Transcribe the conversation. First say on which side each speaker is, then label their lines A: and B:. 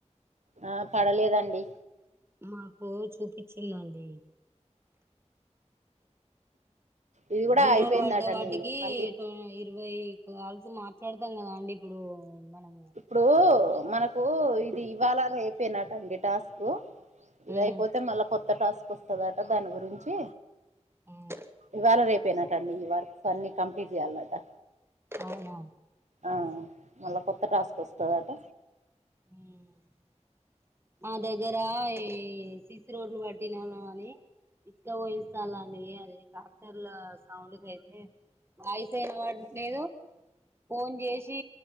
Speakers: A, on the right; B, on the right.
A: ఆ పడలేదండి
B: మాకు చూపించిందండి
A: ఇది కూడా
B: జీరోలు
A: అయిపోయిందటండి
B: పడ్డ వాటికి
A: మళ్ళీ
B: ఇరవై కాల్స్ మాట్లాడతాం కదా అండి ఇప్పుడు మనము
A: ఇప్పుడు మనకు ఇది ఇవాల అయిపోయినట్టండి టాస్క్ కు ఇది
B: ఉమ్,
A: అయిపోతే మళ్ళా కొత్త కొత్త టాస్క్ వస్తదట దాని గురించి
B: ఉమ్,
A: ఇవాళ రేపు పోయినట్టండి ఈ వర్క్స్ అన్ని కంప్లీట్ చేయాలన్నట
B: అవునా
A: ఆహ్ మళ్ళ కొత్త టాస్క్ వస్తదట
B: హమ్ మా దగ్గర ఏ సిసి రోడ్లు బ తినను అని ఇక పోయిస్తాలని అది ట్రాక్టర్ ల సౌండ్కు అయితే వాయిస్ ఎహ్ వినాపాట్లేదు ఫోన్ చేసి